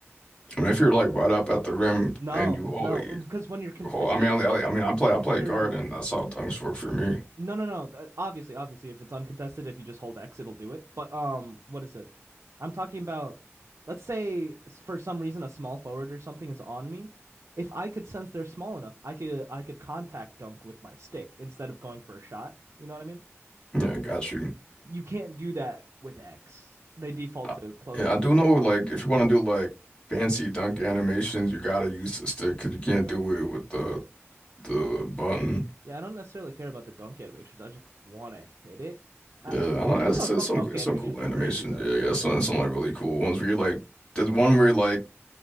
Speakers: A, on the left; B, on the right.
A: I mean, if you're like right up at the rim
B: No,
A: and you hold,
B: no,
A: you
B: because when you're contested
A: hold. I mean, I, I I mean, I play, I
B: if
A: play
B: you're
A: guard, and that's how things work for me.
B: No, no, no. th- Obviously, obviously, if it's uncontested, if you just hold X, it'll do it. But um, what is it? I'm talking about, let's say s- for some reason a small forward or something is on me. If I could sense they're small enough, I could I could contact dunk with my stick instead of going for a shot. You know what I mean?
A: Yeah, got you.
B: You can't do that with X. They default
A: Uh,
B: to close
A: Yeah,
B: shot.
A: I do know like if you want to do like fancy dunk animations, you gotta use the stick because you can't
B: I don't,
A: do it with the the button.
B: yeah, I don't necessarily care about the dunk animations. I just want to hit it. I
A: Yeah, I know
B: I do
A: It's
B: know some
A: that's some
B: dunk
A: it's
B: animations
A: some cool
B: are
A: animations.
B: crazy though.
A: Yeah, yeah, some some like really cool ones where you like there's one where like